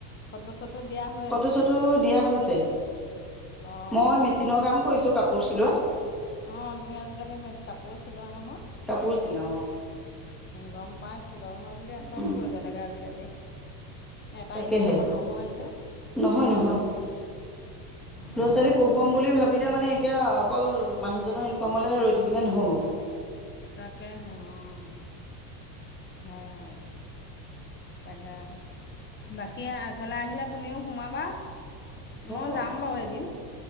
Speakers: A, on the left (about 20°); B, in the centre.
A: ফটো চটো দিয়া হৈ
B: ফটো
A: আছে
B: চটো দিয়া হৈছে।
A: অঁ
B: মই মেচিনৰ কাম কৰিছোঁ, কাপোৰ চিলোৱা।
A: অ', তুমি আজিকালি কাপোৰো চিলোৱা নহয়,
B: কাপোৰ চিলাওঁ
A: গম পাইছ টো বাৰু হক দিয়া, চব
B: অঁ
A: কৰিব লাগে আজিকালি, এটা
B: তাকেহে
A: ইনকামত নহয় যে।
B: নহয়, নহয়। ল'ৰা-ছোৱালী
A: অঁ
B: পঢ়ুৱাম বুলি ভাবিলে মানে এতিয়া অকল মানুহজনৰ ইন কমলে ৰৈ থাকিলে নহ'ব।
A: তাকে হে অ', হয়, হয়। তাকে, বাকী এফালে আহিলে তুমিও সোমাবা।
B: হ'ব
A: মইও যাম বাৰু এদিন,